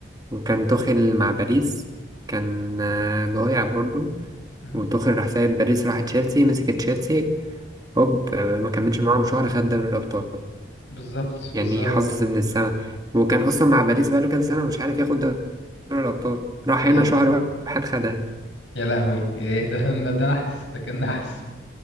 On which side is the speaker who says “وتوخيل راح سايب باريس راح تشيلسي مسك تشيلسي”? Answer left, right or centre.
Right